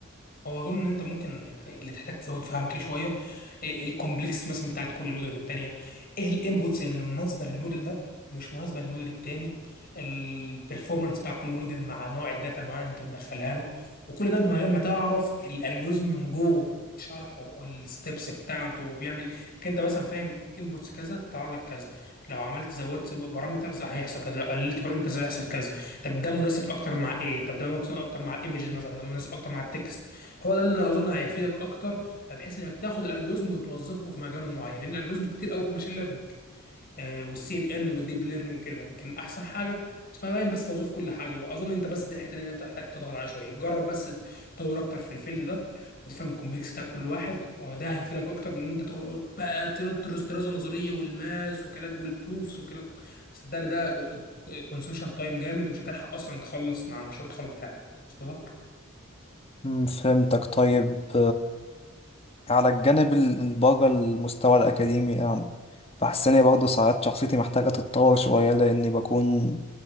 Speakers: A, on the left (about 45°); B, on the left (about 30°).
A: هو اظن ان انت ممكن يعني اللي تحتاج تزود فهمك ليه شويه إيه الكومبلكس مثلا بتاعت كل موديل والتانيه ايه الانبوتس اللي مناسبه للموديل ده ومش مناسبه للموديل التاني البرفورمانس بتاع كل موديل مع نوع الداتا المعينه اللي انت بتدخلها له وكل ده انت من غير ما تعرف الالجوريزم من جوه شرحه والستبس بتاعته وبيعمل كان انت مثلا فاهم انبوتس كذا طلع لك كذا لو عملت زودت بارامترز هيحصل كذا لو قللت بارامترز هيحصل كذا طب ده مناسب اكتر مع ايه طب ده مناسب اكتر مع الايمجز مثلا ده مناسب اكتر مع التكست هو ده اللي اظن هيفيدك اكتر بحيث انك تاخد الالجوريزم وتوظفه في مجال معين لان الالجوريزم كتير قوي في ماشين ليرنينج والسي ان ان والديب ليرنينج وكده لكن احسن حاجه تفهم بس توظيف كل حاجه واظن انت بس دي الحته اللي انت محتاج تضغط عليها شويه جرب بس تدور اكتر في الفيلد ده وتفهم الكومبلكس بتاعت كل واحد وده هيفيدك اكتر من ان انت تقعد بقى تدرس دراسه نظريه والماس وكلام والبروفس وكلام صدقني ده كونسيوشن تايم جامد ومش هتلحق اصلا تخلص مع مشروع التخرج بتاعك وصل لك؟
B: أم، فهمتك طيب على الجانب ال- الباقي المستوى الأكاديمي يعني بحس إني برضه ساعات شخصيتي محتاجة تتطور شوية لأني بكون